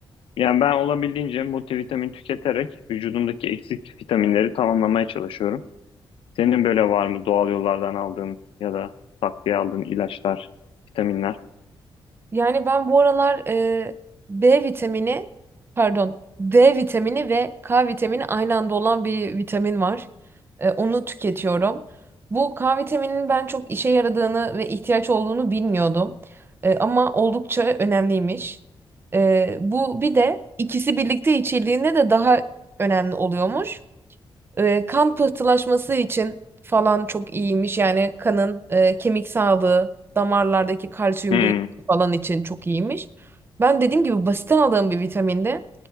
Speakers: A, on the left; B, on the right.
A: yani ben olabildiğince multivitamin tüketerek vücudumdaki eksik vitaminleri tamamlamaya çalışıyorum. Senin böyle var mı doğal yollardan aldığın ya da takviye aldığın ilaçlar, vitaminler?
B: Yani ben bu aralar e, B vitamini, pardon, D vitamini ve K vitamini aynı anda olan bir vitamin var. E, onu tüketiyorum. Bu K vitamininin ben çok işe yaradığını ve ihtiyaç olduğunu bilmiyordum. E, ama oldukça önemliymiş. E, bu bir de ikisi birlikte içildiğinde de daha önemli oluyormuş. E, kan pıhtılaşması için falan çok iyiymiş. Yani kanın e, kemik sağlığı, damarlardaki kalsiyum
A: Hmm.
B: birikimi falan için çok iyiymiş. Ben dediğim gibi basitten aldığım bir vitaminde